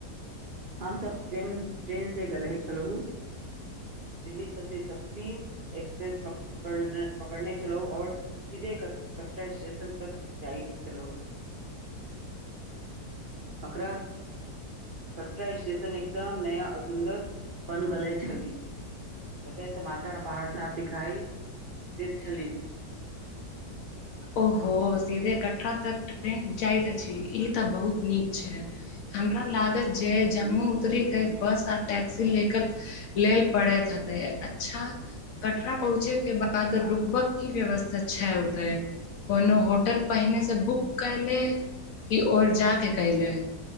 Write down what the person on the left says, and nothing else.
ओहो सीधे कटरा तक ट्रेन जायत अछि ई तऽ बहुत नीक छै, हमरा लागत जे जम्मू उतरिके बस आ टैक्सी लेेकर लेल पड़ैत हतै अच्छा कटरा पहुँचेके बाद रुकबक की व्यवस्था छै ओतेह कोनो होटल पहिने से बुक केले कि ओ र जा के केले।